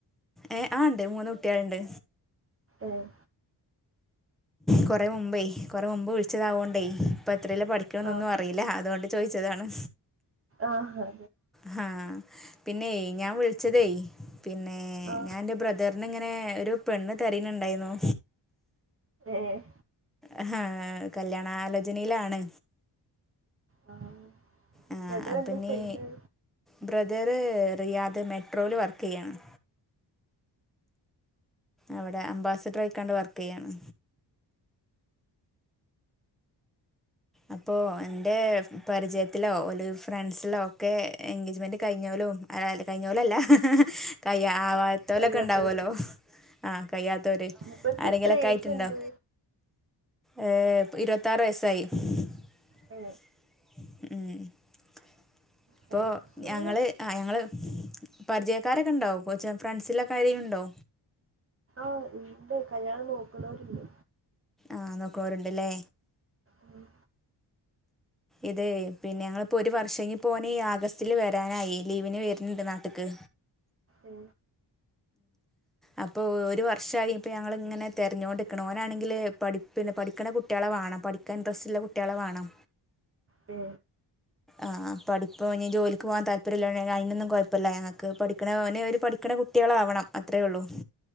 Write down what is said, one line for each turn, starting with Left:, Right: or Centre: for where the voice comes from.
Centre: ഏ ആ ഉണ്ട് മൂന്ന് കുട്ടികളുണ്ട്
Right: ആഹ്
Centre: കൊറെ മുമ്പേ കൊറെ മുമ്പ് വിളിച്ചതാവോണ്ടേ ഇപ്പ- എത്രയിലാ പഠിക്കണേ എന്നൊന്നും
Right: ആ
Centre: അറിയില്ല അതുകൊണ്ട്- ചോദിച്ചതാണ്
Right: ആ ഹാ
Centre: ഹാ പിന്നെയ് ഞാൻ വിളിച്ചതേ പിന്നെ
Right: ആ
Centre: ഞാൻ എൻറെ ബ്രദർ ഇന്നിങ്ങനെ ഒരു പെണ്ണ് തരിനുണ്ടായിന്നു
Right: ഏ
Centre: ആഹ് കല്യാണാലോചനയിലാണ്.
Right: ആ
Centre: ആ,
Right: ബ്രദർ
Centre: അപ്പം
Right: എന്താ
Centre: ഇനി
Right: ചെയ്ന്നേ?
Centre: ബ്രദറ് റിയാദ് മെട്രോയിൽ വർക്ക് ചെയ്യാണ് അവിടെ അംബാസഡർ ആയിക്കാണ്ട് വർക്ക് ചെയ്യിണ്. അപ്പോൾ എന്റെ പരിചയത്തിലോ ഒരു ഫ്രണ്ട്സിലോ ഒക്കെ എൻഗേജ്മെന്റ് കഴിഞ്ഞോലും ആ കഴിഞ്ഞ പോലുംല്ല ഹാ. ആവായത്തോലൊക്കെ
Right: കഴിയാത്തവര്
Centre: ഉണ്ടാവുല്ലോ ആഹ കയ്യാത്തവര്
Right: മൂപ്പർക്ക്
Centre: ആരെങ്കിലൊക്കെ
Right: എത്ര ഏജ്
Centre: ആയിട്ടുണ്ടോ?
Right: ഉണ്ട്
Centre: ഏ പ് ഇരുപത്താറ് വയസ്സായി. <inaudible>
Right: ഏ
Centre: മ് ഇപ്പോ
Right: ഫ്രണ്ട്സില്
Centre: ഞങ്ങള് ആ ഞങ്ങള് പരിചയക്കാരൊക്കെ ഇണ്ടാവും, കൊച്ച ഫ്രണ്ട്സിലക്കെരിലും ഉണ്ടോ?
Right: ആ ഇണ്ട് കല്യാണം നോക്കുന്നവരുണ്ട്.
Centre: ആഹ് നോ കോരുണ്ടല്ലേ.
Right: ഉം,
Centre: ഇതെ പിന്നെ ഞങ്ങിപ്പോ ഒരു വർഷം ഇനിപ്പോ ഓന് ഈ ആഗസ്റ്റില് വരാനായി ലീവിന് വരുന്നുണ്ട് നാട്ട്ക്ക്.
Right: ഏ,
Centre: അപ്പോ ഒരു വർഷായി ഇപ്പോൾ ഞങ്ങളിങ്ങനെ തെരഞ്ഞോണ്ട്ക്കണ് ഓനാണെങ്കിൽ പഠി പിന്നെ പഠിക്കണ കുട്ടികളെ വാണം പഠിക്കാൻ ഇൻട്രസ്റ്റ്ള്ള കുട്ടികളെ വാണം.
Right: മ്
Centre: ആഹ് പഠിപ്പ ഇ ജോലിക്ക് പോവാൻ താല്പര്യല്ല <unintelligible> അയിനൊന്നും കൊയപ്പല്ല ഞങ്ങക്ക്, പഠിക്കണ ഓന് ഒരു പഠിക്കണ കുട്ടികളാവണം അത്രേ ഒള്ളൂ.